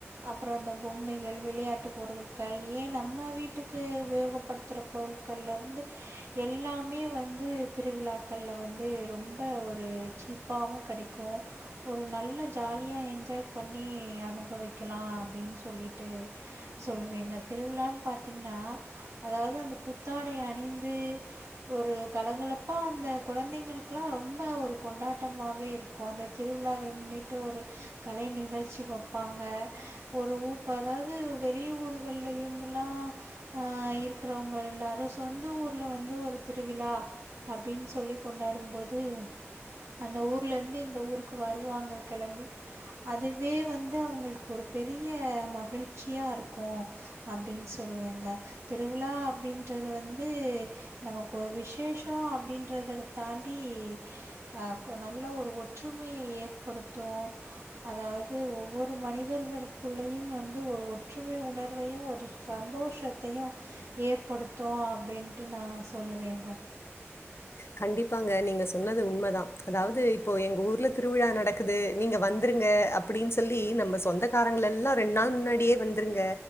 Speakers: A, on the right (about 75°); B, on the left (about 55°).
A: அப்பறோ இந்த பொம்மைகள் விளையாட்டு பொருள்கள் ஏ நம்ம வீட்டுக்கு உபயோகப்படுத்துற பொருட்கள்ல இருந்து எல்லாமே வந்து திருவிழாக்கள்ல வந்து ரொம்ப ஒரு சீப்பாவு கடைக் கு ஒரு நல்ல ஜாலியா என்ஜாய் பண்ணி அனுபவைக்கலா அப்டின் சொல்லிட்டு சொல்லுவேங்க திருவிழான் பாத்தீங்கன்னா அதாவது அந்த புத்தாடை அணிந்து ஒரு கலகலப்பா அந்த குழந்தைங்களுக்குல்லா ரொம்ப ஒரு கொண்டாட்டமாவே இருக் கு அந்த திருவிழாவை முன்னிட்டு ஒரு கலை நிகழ்ச்சி வப்பாங்க ஒரு ஊப் அதாவது வெளி ஊர்கள்ல இருந்துலா அ இருக்கிறவுங்க எல்லாரு சொந்த ஊர்ல வந்து ஒரு திருவிழா அப்டின் சொல்லி கொண்டாடும் போது அந்த ஊர் ல இருந்து இந்த ஊருக்கு வருவாங்க கெளம்பி அதுவே வந்து அவுங்களுக்கு ஒரு பெரிய மகிழ்ச் சியா இருக்கு அப்டின் சொ ல்லுவேங்க திருவிழா அப்டின்றது வந்து நமக்கு ஒரு விஷ் சேஷோ அப்டின்றத தாண்டி அ நல்ல ஒரு ஒற்றுமைய ஏற்படுத்து அதாவது ஒவ்வொரு மனிதர்களுக்குள்ளயு வந்து ஒரு ஒரு ஒற்றுமை உணர்வையு ஒரு சந்தோஷத்தையு ஏற்படுத்து அப்டின்ட்டு நா சொல்லுவேங்க
B: கண்டிப்பாங்க நீங்க சொன்னது உண்மதா அதாவது இப்போ எங்க ஊர்ல திருவிழா நடக் குது நீங்க வந்துருங்க அப்டின்னு சொல்லி நம்ம சொந்தக்காரங்கள எல்லா ரெண்டு நாள் முன்னாடியே வந்துருங்க